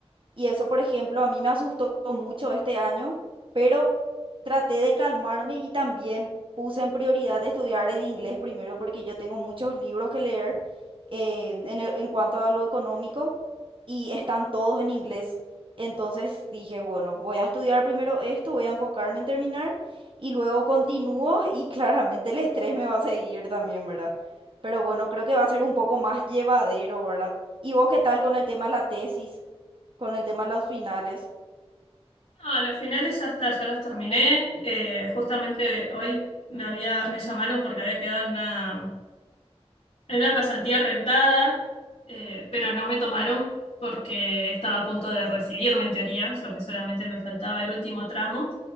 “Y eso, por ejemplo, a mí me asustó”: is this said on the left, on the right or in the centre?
Right